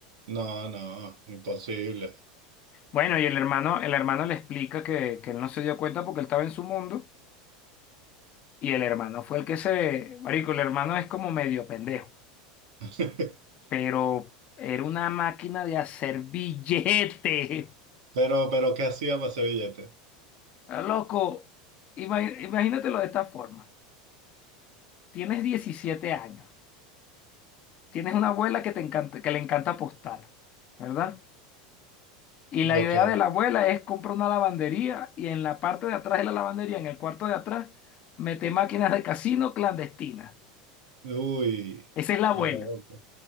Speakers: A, on the right; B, on the left.
A: No, no, imposible.
B: Bueno, y el hermano, el hermano le explica que, que él no se dio cuenta porque él estaba en su mundo Y el hermano fue el que se... Marico, el hermano es como medio pendejo,
A: <laughs>
B: pero era una máquina de hacer billetes. <laughs>
A: Pero, pero, ¿qué hacía para ese billete?
B: Ah, Loco, ima- imagínatelo de esta forma. Tienes 17 años, tienes una abuela que te encanta, que le encanta apostar, ¿verdad? Y la
A: Ok.
B: idea de la abuela es comprar una lavandería y en la parte de atrás de la lavandería, en el cuarto de atrás, mete máquinas de casino clandestinas.
A: Uy,
B: Esa es la
A: qué
B: abuela.
A: loco,